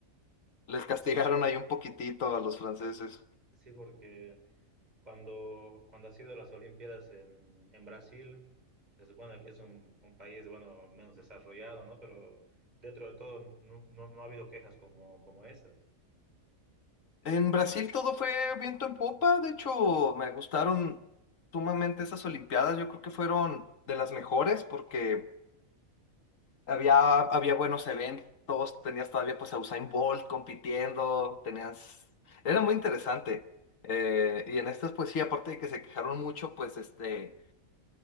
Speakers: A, on the left; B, on the right.
A: les castigaron
B: sí,
A: ahí un poquitito a los franceses.
B: sí, porque cuando, cuando ha sido las Olimpiadas en, en Brasil, se supone que es un, un país, bueno, menos desarrollado, ¿no? Pero dentro de todo no, no, no ha habido quejas como, como esas.
A: En Brasil todo fue viento en popa, de hecho me gustaron sumamente esas Olimpiadas, yo creo que fueron de las mejores porque Había, había buenos eventos, tenías todavía pues a Usain Bolt compitiendo, tenías... Era muy interesante. Eh, y en estas pues sí, aparte de que se quejaron mucho, pues este,